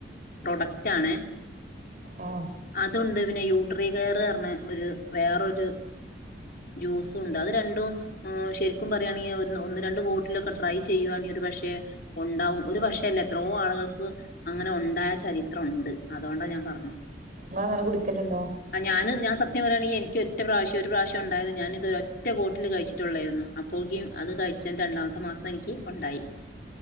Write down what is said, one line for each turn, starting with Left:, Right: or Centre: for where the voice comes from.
Left: പ്രൊഡക്റ്റ് ആണേ
Right: ആഹ്
Left: അതുണ്ട് പിന്നെ യൂട്രി കെയർ അറഞ്ഞ ഒരു വേറൊരു ജ്യൂസും ഉണ്ട് അത് രണ്ടും ആഹാ ശരിക്കും പറയാണെയെ ഒ ഒന്ന് രണ്ടു ബോട്ടിലൊക്കെ ട്രൈ ചെയ്യുവാണെ ഒരു പക്ഷെ ഒണ്ടാവും ഒരു പക്ഷേല്ല എത്രോ ആളുകൾക്ക് അങ്ങനെ ഒണ്ടായ ചരിത്രം ഒണ്ട് അതുകൊണ്ടാ ഞാൻ പറഞ്ഞെ
Right: ഇങ്ങ അങ്ങനെ കുടിക്കലുണ്ടോ?
Left: അ ഞാന് ഞാൻ സത്യം പറുയാണെങ്കി എനിക്ക് ഒറ്റ പ്രവിശ്യ ഒരു പ്രാവശ്യം ഒണ്ടായത് ഞാൻ ഇത് ഒറ്റ ബോട്ടില് കഴിച്ചിട്ടുള്ളായിരുന്നു അപ്പോകെം അത് കഴിച്ച രണ്ടാമത്തെ മാസം എനിക്ക് ഒണ്ടായി.